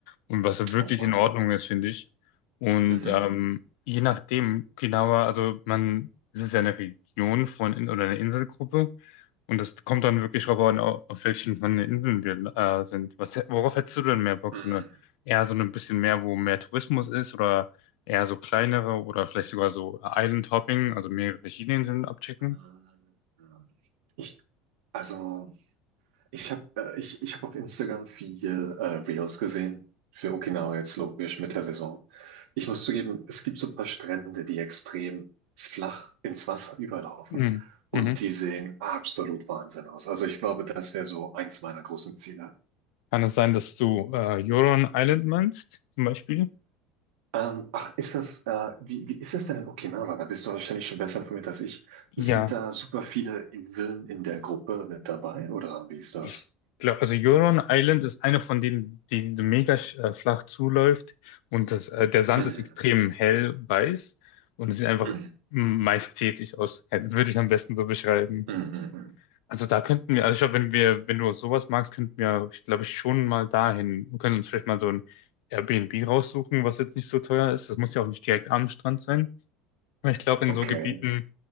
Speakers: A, on the left (about 75°); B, on the right (about 75°).
A: und was wirklich
B: Und wann?
A: in Ordnung ist, finde ich. Und
B: Mhm.
A: ähm, je nachdem, Okinawa, also man, es ist ja eine Region von In- oder eine Inselgruppe und das kommt dann wirklich drauf an, au- auf welchen von den Inseln wir äh, sind. Was, worauf hättest du denn mehr Bock?
B: Mhm.
A: So eine, eher so ein bisschen mehr, wo mehr Tourismus ist oder eher so kleinere oder vielleicht sogar so Island Hopping, also mehrere verschiedene Inseln abchecken?
B: Mhm. Mhm. Ich, also. Ich habe äh, ich, ich hab auf Instagram viel äh, Reels gesehen. Für Okinawa jetzt logisch mit der Saison. Ich muss zugeben, es gibt so ein paar Strände, die extrem flach ins Wasser überlaufen
A: Mhm.
B: und
A: Mhm.
B: die sehen absolut Wahnsinn aus. Also ich glaube, das wäre so eins meiner großen Ziele.
A: Kann es sein, dass du äh, Huron Island meinst, zum Beispiel?
B: Ähm, ach, ist das, äh, wie, wie ist das denn in Okinawa? Da bist du wahrscheinlich schon besser informiert als ich.
A: Ja.
B: Sind da super viele Inseln in der Gruppe mit dabei oder wie ist das?
A: Ich glaube, also Huron Island ist eine von denen, die so mega sch- äh, flach zuläuft und das, äh, der Sand
B: Mhm.
A: ist extrem hell weiß und es sieht einfach
B: Mhm.
A: majestätisch aus, Äh, würde ich am besten so beschreiben.
B: Mhm. Mhm.
A: Also da könnten wir, also ich glaube, wenn wir, wenn du sowas magst, könnten wir, ich glaube, schon mal dahin. Wir können uns vielleicht mal so ein Airbnb raussuchen, was jetzt nicht so teuer ist. Das muss ja auch nicht direkt am Strand sein. Weil ich glaube, in
B: Okay.
A: so Gebieten